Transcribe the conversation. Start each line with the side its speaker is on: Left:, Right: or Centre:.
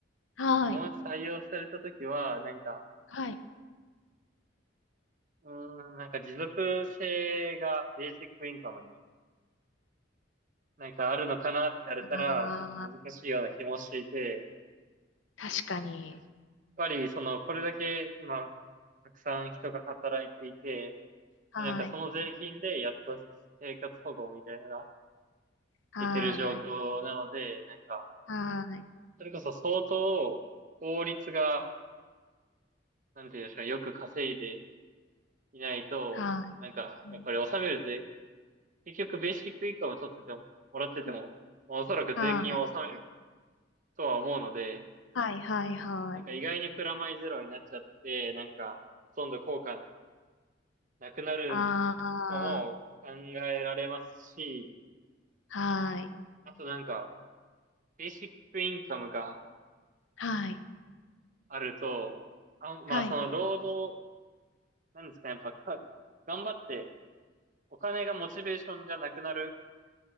Left: はい。
Right: もし採用されたときは、なんか、
Left: はい。
Right: うーん、なんか持続性がベーシックインカムになんかあるのかなって言われたら、
Left: ああ、
Right: ちょっと難しいような気もしていて、
Left: 確かに。
Right: やっぱりその、これだけ今、たくさん人が働いていて、
Left: はい。
Right: でなんかその税金でやっと生活保護みたいなのが
Left: はい。
Right: いけてる状況なので、なんか、
Left: はい。
Right: それこそ相当法律が、なんていうんですか、よく稼いでいないと、
Left: はい。
Right: なんか、
Left: うん
Right: やっぱり納める税結局ベーシックインカム取ってても、もらってても、おそらく税金を納める
Left: はい。
Right: とは思うので、
Left: はい。はい。はい。
Right: なんか意外にプラマイゼロになっちゃって、なんか、ほとんど効果なくなる
Left: あ
Right: かも考えられますし、
Left: あ、はい。
Right: あとなんか、ベーシックインカムが
Left: はい。
Right: あると、あ、まあその労働、
Left: はい。
Right: なんですかね、やっぱか、頑張ってお金がモチベーションじゃなくなる